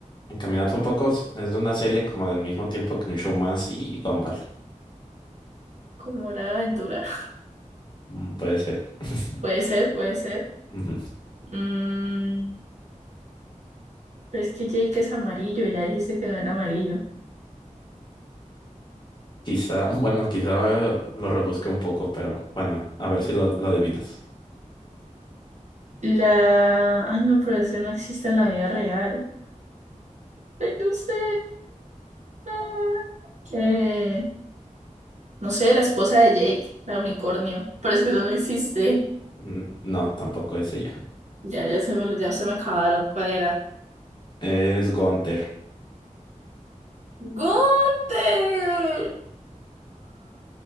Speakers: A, on the left; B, on the right.
A: encaminarte un poco, es es de una serie como del mismo tiempo que un show más y Gumball.
B: Como hora de aventura. <laughs>
A: Mm, Puede ser. <laughs>
B: Puede ser, puede ser.
A: Ujú.
B: Mm, pero es que Jake es amarillo, ya dijiste que no era amarillo.
A: Quizá, bueno, quizá lo rebusque un poco, pero bueno, a ver si lo, lo adivinas.
B: La... Ay, no, pero ese no existe en la vida real. Ay, no sé. Ah, eh, No sé, la esposa de Jake, la unicornio. Pero es que eso no existe.
A: Mm, No, tampoco es ella.
B: Ya, ya se me, ya se me acabaron. ¿Cuál era?
A: Es Gunther.
B: ¡Gunther!